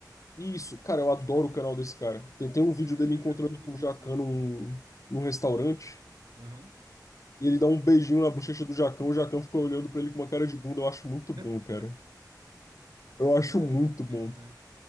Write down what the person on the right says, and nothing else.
É, eu
eu
já vi alguns
vídeos
dele
também.
Aham.
<laughs>
Ai,
caraca.